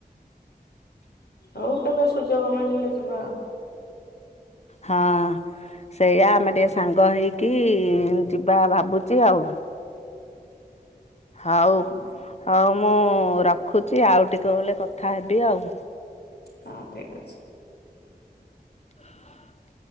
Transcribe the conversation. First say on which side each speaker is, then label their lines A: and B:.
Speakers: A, on the left (about 85°); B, on the left (about 45°).
A: ହଉ କେବେ ସୁଯୋଗ ମଳିଲେ ଯିବା।
B: ହଁ। ସେଇଆ ଆମେ ଟିକେ ସାଙ୍ଗ ହେଇକି ଯିବା ଭାବୁଛି ଆଉ। ହଉ
A: ଆଉ।
B: ହଉ ମୁଁ ରଖୁଛି ଆଉ ଟିକେ ବଳେ କଥା ହେବି ଆଉ।
A: ହଁ ଠିକ ଅଛି।
B: ହୁ।